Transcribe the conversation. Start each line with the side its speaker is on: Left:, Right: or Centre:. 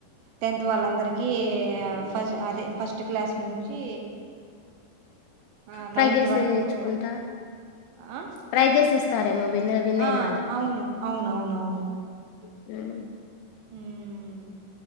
Right: టెన్త్ వాళ్ళందరికీ ఫ అదే ఫస్ట్ క్లాస్ నుంచి ఆహ్,
Left: ట్రై
Right: నైన్త్
Left: చేసిచ్చుకుంటా
Right: వరకు ఆ
Left: ట్రై చేసిస్ విన్న విన్నైన
Right: ఆ
Left: వాళ్ళకి
Right: అవును అవునవునవును
Left: మ్
Right: ఉమ్